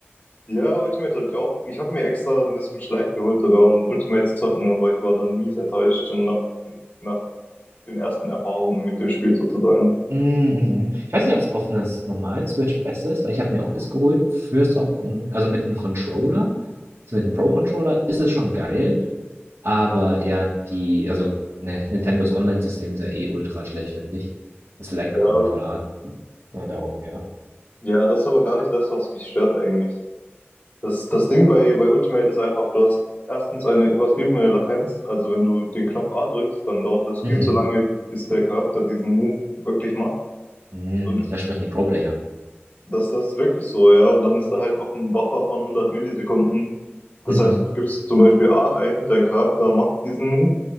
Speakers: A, on the left (about 40°); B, on the right (about 80°).
A: Ja, Ultimate habe ich auch. Ich habe mir extra eine Switch Lite geholt sogar, um Ultimate zu zocken, aber ich war dann mies enttäuscht schon nach, nach den ersten Erfahrungen mit dem Spiel sozusagen.
B: Mm, Mhm. Ich weiß nicht, ob es auf einer normalen Switch besser ist, weil ich habe mir auch das geholt für Socken und also mit einem Controller, also mit einem Pro-Controller ist es schon geil, aber ja, die, also ne, Nintendos Online-System ist ja eh ultra schlecht, finde ich. Es laggt
A: Ja,
B: auch irgendwie voll hart. Nur darum, ja.
A: ja, das ist aber gar nicht das, was mich stört eigentlich. Das, das Ding bei, bei Ultimate ist einfach, du hast erstens eine übertriebene Latenz. Also wenn du den Knopf A drückst, dann dauert das viel
B: Mhm.
A: zu lange, bis der Charakter diesen Move wirklich macht.
B: Mhm.
A: Und
B: Da sprechen die Pro-Player.
A: das, das ist wirklich so, ja. Und dann ist da halt noch ein Buffer von 100 Millisekunden. Das
B: Mhm.
A: heißt, du gibst zum Beispiel A ein, dein Charakter macht diesen Move